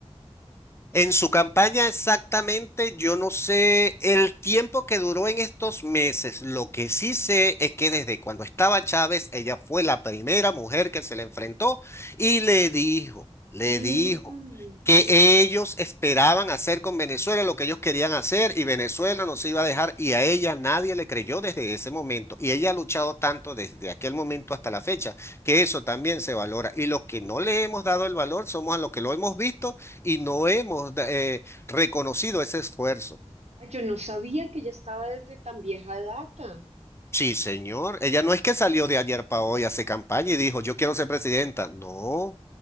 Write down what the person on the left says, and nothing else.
En su campaña exactamente, yo no sé el tiempo que duró en estos meses. Lo que sí sé es que desde cuando estaba Chávez, ella fue la primera mujer que se le enfrentó y le dijo, le
dijo que ellos esperaban hacer con Venezuela lo que ellos querían hacer y Venezuela no se iba a dejar y a ella nadie le creyó desde ese momento. Y ella ha luchado tanto desde aquel momento hasta la fecha que eso también se valora. Y los que no le hemos dado el valor somos a los que lo hemos visto y no hemos eh, reconocido ese esfuerzo.
Sí, señor. Ella no es que salió de ayer para hoy, hace campaña y dijo, yo quiero ser presidenta. No,